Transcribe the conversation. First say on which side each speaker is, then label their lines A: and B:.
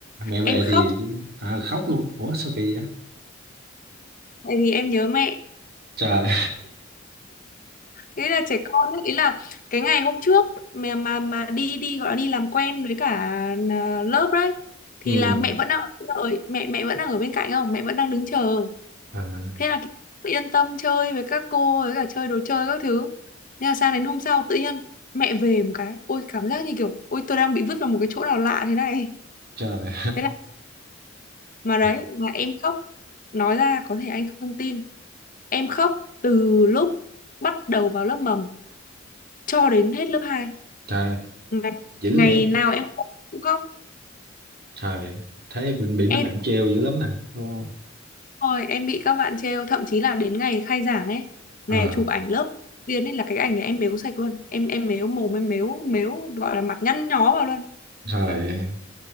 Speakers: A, on the right; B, on the left.
A: Mẹ về
B: em khóc
A: thì à, khóc luôn. Ủa, sao kỳ vậy?
B: tại vì em nhớ mẹ
A: Trời,
B: thế là trẻ con ấy, ý là cái ngày hôm trước mà mà mà đi đi gọi là đi làm quen với cả à, lớp đấy thì
A: <laughs> ừ,
B: là mẹ vẫn đang ở đợi mẹ mẹ vẫn đang ở bên cạnh không mẹ vẫn đang đứng chờ
A: à,
B: thế là tự yên tâm chơi với các cô với cả chơi đồ chơi các thứ nên là sang đến hôm sau tự nhiên mẹ về một cái ôi cảm giác như kiểu ôi tôi đang bị vứt vào một cái chỗ nào lạ thế này <laughs>
A: trời,
B: thế là mà đấy
A: <laughs>
B: mà em khóc nói ra có thể anh không tin em khóc từ lúc bắt đầu vào lớp mầm cho đến hết lớp hai
A: trời,
B: ngày,
A: dữ
B: ngày
A: vậy?
B: nào em cũng khóc
A: Trời, thấy bị, bị mấy
B: em
A: bạn treo dữ lắm nè, đúng không?
B: Rồi em bị các bạn trêu thậm chí là đến ngày khai giảng ấy, ngày
A: À,
B: chụp ảnh lớp tiên ấy là cái ảnh này em mếu sạch luôn. Em em mếu mồm em mếu mếu gọi là mặt nhăn nhó vào luôn.
A: trời,